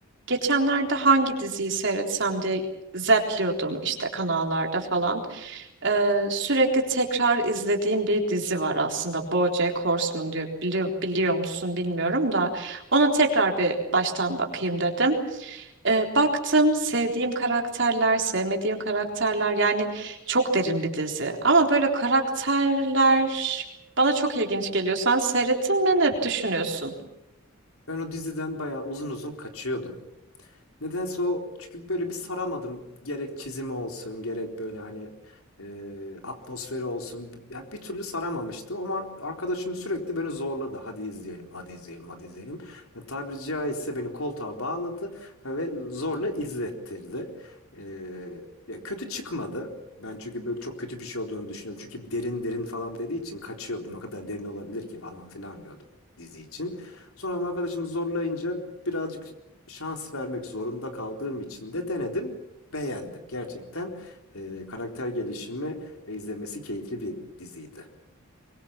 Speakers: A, on the right; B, on the left.
A: Geçenlerde hangi diziyi seyretsem diye zepliyordum işte kanallarda falan. Ee, sürekli tekrar izlediğim bir dizi var aslında. BoJack Horseman diyor. Bili- biliyor musun bilmiyorum da ona tekrar bir baştan bakayım dedim. Ee, baktım sevdiğim karakterler, sevmediğim karakterler yani çok derin bir dizi. Ama böyle karakterler bana çok ilginç geliyor. Sen seyrettin mi ne düşünüyorsun?
B: Ben o diziden bayağı uzun uzun kaçıyordum. Nedense o çünkü böyle bir saramadım. Gerek çizimi olsun, gerek böyle hani e, atmosferi olsun. Ya bir türlü saramamıştım ama arkadaşım sürekli beni zorladı. Hadi izleyelim, hadi izleyelim, hadi izleyelim. Ya, tabiri caizse beni koltuğa bağladı ve zorla izlettirdi. E, ya kötü çıkmadı. Ben çünkü böyle çok kötü bir şey olduğunu düşünüyorum. Çünkü derin derin falan dediği için kaçıyordum. Ne kadar derin olabilir ki falan filan diyordum dizi için. Sonra ama arkadaşım zorlayınca birazcık şans vermek zorunda kaldığım için de denedim, beğendim. Gerçekten e, karakter gelişimi ve izlemesi keyifli bir diziydi.